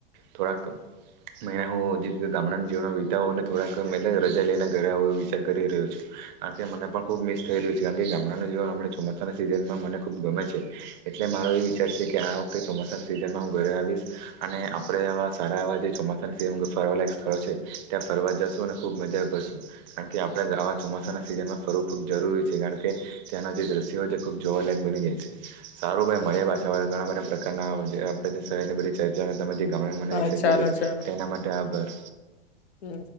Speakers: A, on the right; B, on the left.
A: થોડાક મ હુંતે ગામડાના જીવન વિતા હો અને થોડાક રજા લઈને ઘરે વિચાર કરી રહ્યો છું. કારણ કે મને પણ ખુબ મિસ થઈ રહ્યું છે કારણ કે ગામડાનું જીવનમ ચોમાસાના સીઝનમાં મને ખુબ ગમે છે. એટલે મારો એ વિચાર છે કે આ વખતે ચોમાસાના સિઝનમાં હું ઘરે આવીશ અને આપણે આવા સારા એવા જે ચોમાસા ફરવા લયક સ્થળો છે ત્યાં ફરવા જશું અને ખુબ મજા કરશું કારણ કે આપડાાવા ચોમાસા સીઝનમાં ફરવું ખૂબ જરૂરી છે કારણ કે ત્યાંના જે દ્રશ્યો છે ખૂબ જોવાલાયક બની જાય છે. સારું ભાઈ મળે પાછાળ ઘણા બધા પ્રકારના આપે સેલબ્ર ચર્ચા ગામ મનાવી
B: હા
A: શકીધું
B: ચાલો ચાલો
A: તેના માટે આભાર
B: હમ